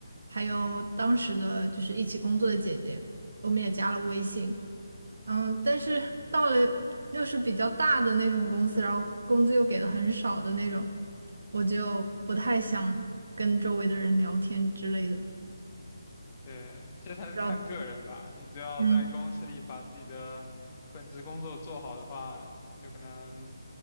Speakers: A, on the right (about 65°); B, on the left (about 30°).
A: 还有当时的就是一起工作的姐姐，我们也加了微信。嗯，但是到了又是比较大的那种公司，然后工资又给的很少的那种，我就不太想跟周围的人聊天之类的。
B: <laughs> 对，这实还是看个人吧。
A: 然后，
B: 你只要在公司里把自己的本职工作做好的话，
A: 嗯，
B: 就可能